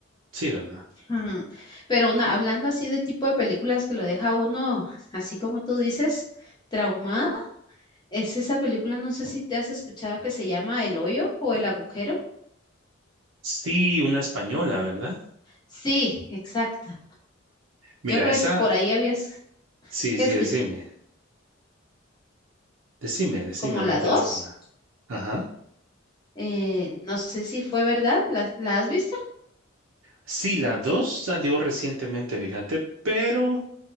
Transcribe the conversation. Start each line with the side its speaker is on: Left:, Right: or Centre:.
Right: Sí, ¿verdad?
Left: Ujú. Pero una, hablando así de tipo de películas que lo deja a uno, así como tú dices, traumada, es esa película, no sé si te has escuchado que se llama El hoyo o El agujero.
Right: Sí, una española, ¿verdad?
Left: Sí, exacto.
Right: Mira,
Left: Yo creo
Right: esa,
Left: que es por ahí habías
Right: sí,
Left: escuchado
Right: sí, decime, decime, decime,
Left: como
Right: no
Left: la
Right: te
Left: dos.
Right: hagas nada. Ajá.
Left: eh, no sé si fue verdad, ¿la, la has visto?
Right: Sí, la 2 salió recientemente, fíjate, pero